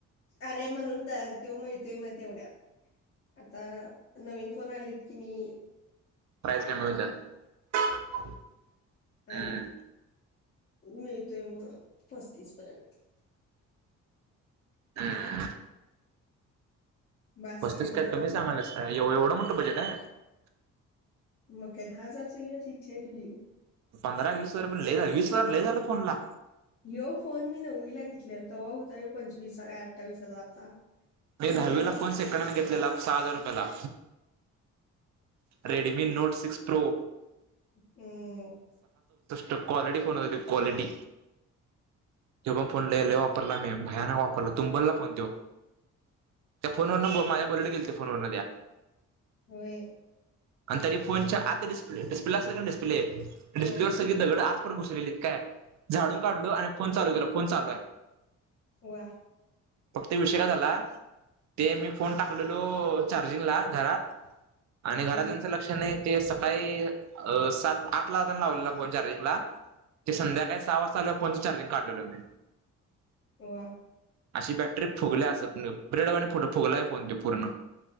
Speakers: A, on the left (about 45°); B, on the right (about 65°).
A: अरे म्हणून तर तेव्हा माळतोय मग तेवढ्यात, आता नवीन फोन आलीत की नी.
B: प्राईस कमी होतात.
A: आणि
B: हम्.
A: मिळतोय मग पस्तीस पर्यंत.
B: हम्.
A: बास
B: पस्तीस
A: की तेवढं
B: काय कमी सांगाल्यास काय एवढं म्हणतो बजे टाय.
A: मग काय दहा हजारचयुएस इच्छा आहे तुझी.
B: पंधरा वीस हजार पण ल झालं वीस हजार लयी झालं फोन ला.
A: यो फोन मी नववी ला घेतलेला तव्हा होता यो पंचवीसचा काय अठ्ठावीस हजार आता
B: मी
A: आणि
B: दहावीला
A: आता
B: फोन सेकंड हॅन्ड घेतलेला सहा हजार कला. Redmi note six pro.
A: हम्म.
B: तो क्वालिटी फोन होत तो क्वालिटी तो पण फोन ललयी वापरला मी भयानक वापरला तुंबरला फोन तो त्या फोनवरन माझ्या बुलेट गेलती फोनवरन त्या.
A: होय.
B: आणि तरी फोनच्या आता डिस्प्ले डिस्प्ला असे डिस्प्ले डिप्ले
A: हा
B: वर सगळी दगड आत पर्यंत घुस लेलीत काय, झाडून काढलो आणि फोन चालू केला फोन चालू आहे.
A: वा.
B: फक्त विषय काय झाला, ते मी फोन टाकलेलो चार्जिंगला घरात आणि
A: हम्म
B: घरातल्यांच लक्ष नाही. ते सकाळी सात आठ लातेन लावलेला फोन चार्जिंगला ते संध्याकाळी सहा वाजता आल्यावर फोनच चार्जिंग काढलेलो मी.
A: हो
B: अशी बॅटरी फुगली अस ब्रेड वाणी फट फुगलाय फोन ते पूर्ण